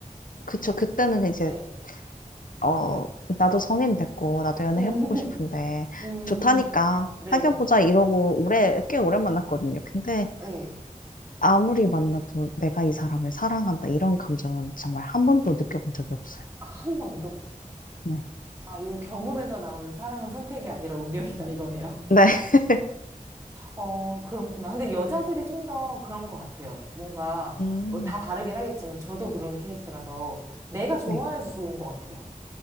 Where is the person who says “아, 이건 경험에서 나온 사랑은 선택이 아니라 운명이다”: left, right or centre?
Right